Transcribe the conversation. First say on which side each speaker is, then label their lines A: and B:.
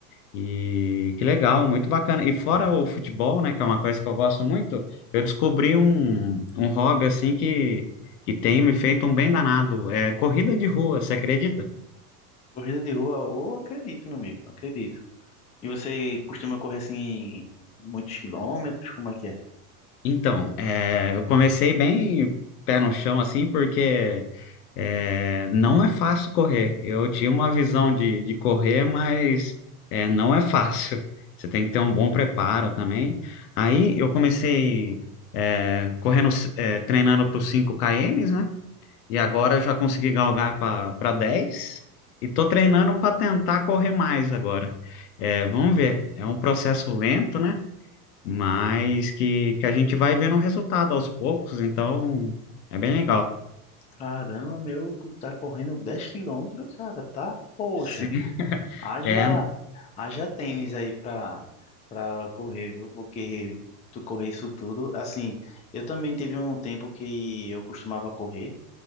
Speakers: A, on the left (about 75°); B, on the left (about 15°).
A: E que legal, muito bacana. E fora o futebol, né, que é uma coisa que eu gosto muito, eu descobri um, um hobby assim que, que tem me feito um bem danado. É corrida de rua, você acredita?
B: <laughs> Corrida de rua, eu acredito, meu amigo, acredito. E você costuma correr assim muitos quilômetros? Como é que é?
A: Então, é, eu comecei bem pé no chão, assim, porque é, não é fácil correr. Eu tinha uma visão de, de correr, mas é, não é fácil. Você tem que ter um bom preparo também. Aí eu comecei é, correndo, é, treinando para os cinco km, né? E agora eu já consegui galgar para 10 e tô treinando para tentar correr mais agora. É, vamos ver. É um processo lento, né? mas que, que a gente vai vendo o resultado aos poucos, então é bem legal.
B: Caramba, meu, tá correndo 10 quilômetros, cara, tá? Poxa.
A: Sim, <laughs>
B: Haja,
A: é,
B: haja tênis aí pra, pra correr, viu? Porque tu correr isso tudo. Assim, eu também teve um tempo que eu costumava correr.